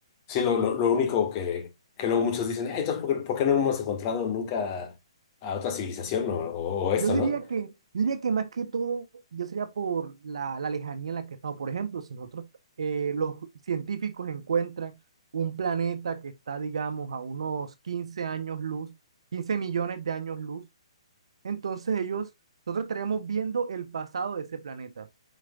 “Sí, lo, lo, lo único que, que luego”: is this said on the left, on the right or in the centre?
Left